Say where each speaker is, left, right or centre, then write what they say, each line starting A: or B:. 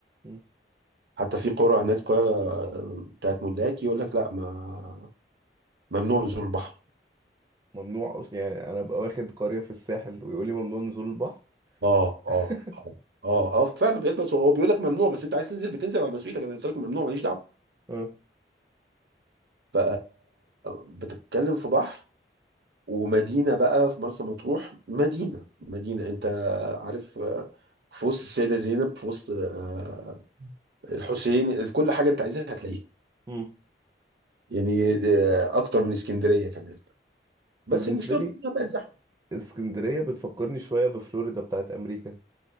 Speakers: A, on the right (about 20°); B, on the right (about 70°).
A: امم
B: حتى في قرى هناك قرى بتاعت ملاك يقول لك لا ما ممنوع نزول البحر
A: ممنوع اصلا يعني انا ببقى واخد قرية في الساحل ويقول لي ممنوع نزول البحر
B: اه
A: <laughs>
B: اه اه اه اه فعلا بيلبس هو بيقول لك ممنوع بس انت عايز تنزل بتنزل على مسؤوليتك انا قلت لك ممنوع ماليش دعوه
A: اه
B: ف بتتكلم في بحر ومدينه بقى في مرسى مطروح مدينه مدينه انت عارف آه، في وسط السيده زينب في وسط آه، الحسين في كل حاجه انت عايزها هتلاقيها
A: امم
B: يعني آه، اكتر من اسكندريه كمان بس
A: انا بالنسبة
B: المشكله
A: لي
B: بقى انها بقت زحمه
A: اسكندرية بتفكرني شوية بفلوريدا بتاعت امريكا